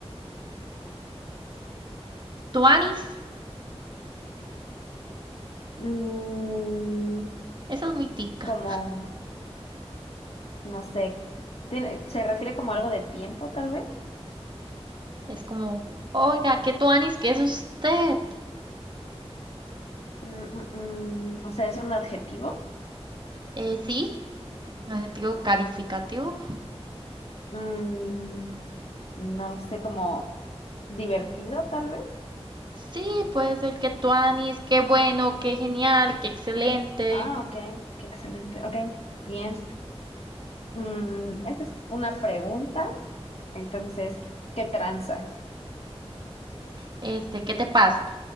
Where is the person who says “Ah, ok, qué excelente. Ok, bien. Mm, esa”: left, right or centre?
Left